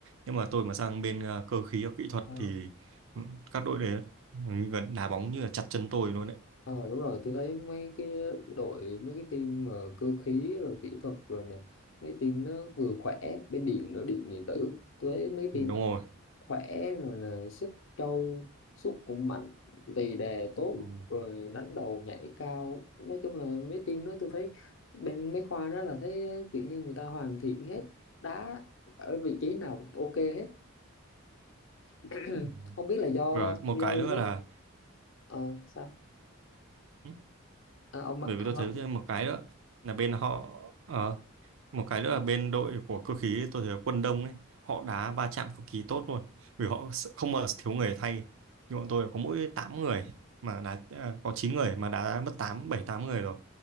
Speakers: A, on the right; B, on the left.
A: nhưng mà tôi mà sang bên ờ, cơ khí hoặc kỹ thuật
B: Ờ
A: thì ừ, các đội đấy gần đá bóng như là chặt chân tôi luôn đấy
B: Ờ, đúng rồi tôi thấy mấy cái đội mấy cái team mà cơ khí rồi kỹ thuật rồi này mấy team nó vừa khỏe bên điện nữa điện điện tử tôi thấy mấy team
A: Ừ, đúng
B: nó
A: rồi
B: khỏe rồi là sức trâu sút cũng mạnh tì đè tốt
A: ừ.
B: rồi đánh đầu nhảy cao nói chung là mấy team đó tôi thấy bên mấy khoa đó là thấy kiểu như người ta hoàn thiện hết đá ở vị trí nào cũng ok hết <clears throat>
A: Ừ.
B: không biết là do
A: Rồi, một
B: do
A: cái
B: bên
A: nữa
B: đó
A: là
B: ờ sao
A: ừ,
B: à, ông
A: bởi vì
B: ông
A: tôi
B: nói
A: thấy thêm một cái nữa là bên họ ờ, một cái nữa là bên đội của cơ khí tôi thấy quân Đông ấy họ đá va chạm cực kỳ tốt luôn vì họ s- không mà thiếu người thay nhưng bọn tôi có mỗi 8 người mà đá à, có 9 người mà đã mất 8 7 8 người rồi